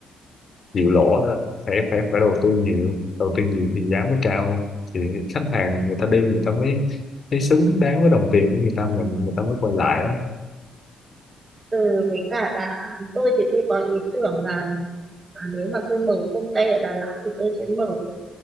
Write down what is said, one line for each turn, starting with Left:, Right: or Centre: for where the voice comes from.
Left: chịu lỗ đó. phải phải phải đầu tư nhiều đầu tư nhiều thì giá mới cao thì khách hàng người ta đi người ta mới thấy xứng đáng với đồng tiền của người ta mình người ta mới quay lại đó
Right: ừ, với cả là tôi thì tôi có ý tưởng là à, nếu mà tôi mở công ty ở Đà Lạt thì tôi sẽ mở ở